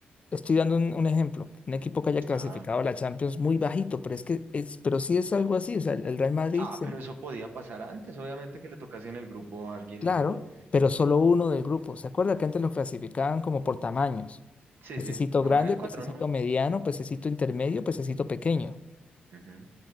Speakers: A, on the left (about 35°); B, on the right (about 70°).
A: estoy dando un, un ejemplo. Un equipo que haya clasificado
B: Ah, ok.
A: a la Champions muy bajito, pero es que es, pero sí es algo así. O sea, el el Real Madrid,
B: Ah,
A: se-
B: pero eso podía pasar antes, obviamente que le tocase en el grupo a alguien
A: claro,
B: duro.
A: pero solo uno del grupo. ¿Se acuerda que antes los clasificaban como por tamaños?
B: Sí,
A: Pececito
B: sí, como
A: grande,
B: eran cuatro,
A: pececito
B: ¿no?
A: mediano, pececito intermedio, pececito pequeño.
B: Ujú.